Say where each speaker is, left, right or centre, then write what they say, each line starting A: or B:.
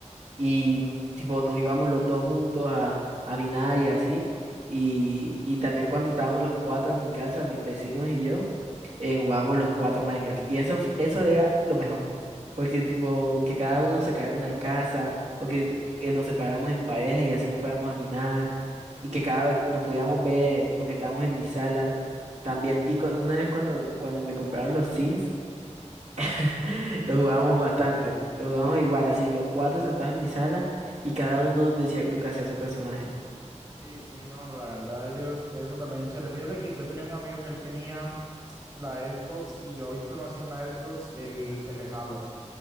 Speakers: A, on the right (about 65°); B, on the right (about 30°).
A: y tipo nos íbamos los dos juntos a, a minar y así. Y, y también cuando estábamos los cuatro en mi casa, mis vecinos y yo, eh, jugábamos los cuatro Minecraft. Y eso, f- eso era lo mejor, porque tipo que cada uno se creara una casa o que, que nos separáramos en pareja y así nos fuéramos a minar y que cada vez nos podíamos ver porque estábamos en mi sala también. Y cu- una vez cuando, cuando me compraron los Sims. <laughs> Lo jugábamos
B: Sí.
A: bastante. Lo jugábamos
B: Y-
A: igual, así, los cuatro sentados en mi sala y cada uno decía lo que hacía su personaje.
B: Sí, sí, no, la verdad, ellos, eso también, chévere. Fíjate que yo tenía un amigo que él tenía la Xbox y yo ahí conocí en la Xbox el, el Halo.